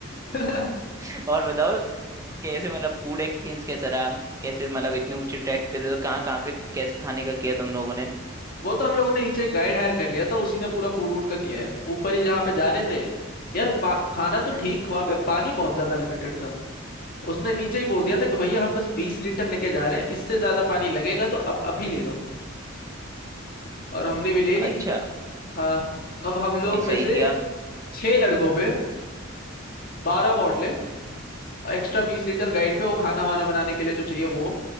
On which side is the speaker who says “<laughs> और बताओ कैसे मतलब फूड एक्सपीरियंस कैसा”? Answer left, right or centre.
Right